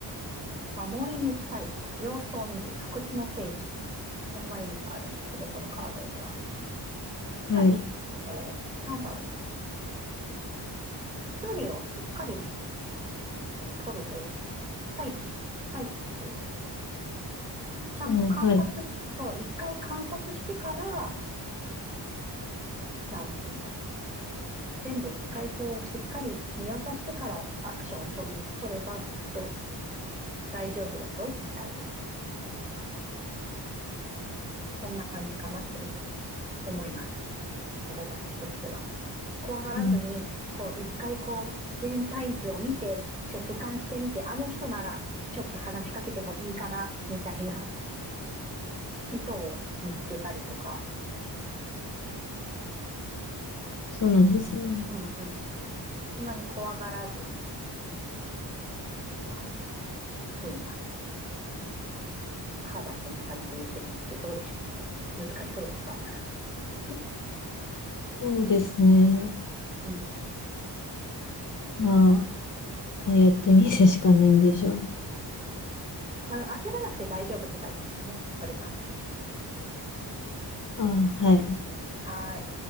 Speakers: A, on the right; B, on the left.
A: う、守り抜きたいとか、様子を見る、不屈の精神。そんな意味があるんですけど、このカードには。
B: はい、
A: まあ、きあの、なんだろう。距離をしっかり取るというか、待機し、待機する。ちゃんと観察し、
B: うん、はい、
A: そう、一回観察してから、なんていうんだ。全部一回こう、しっかり見渡してからアクションを取る、取ればきっと大丈夫だよ、みたいな。そんな感じかなって思う、思います。アドバイスとしては。怖がらずに、
B: うん
A: こう、一回こう、全体図を見て、ちょ、俯瞰してみて、あの人なら、ちょっと話しかけてもいいかな、みたいな人を見つけたりとか、
B: そうなんですね。
A: うんうん。そんなに怖がらずに、そんな風な、カードはそんな感じで言ってるんですけど、どうでしょうかね。難しそうですかうん。
B: そうですね。
A: うん
B: まあ、まあ、やってみるしかないんでしょうね。
A: あの、焦らなくて大丈夫って感じですかね。それか。
B: あ、
A: うん
B: はい。
A: はい。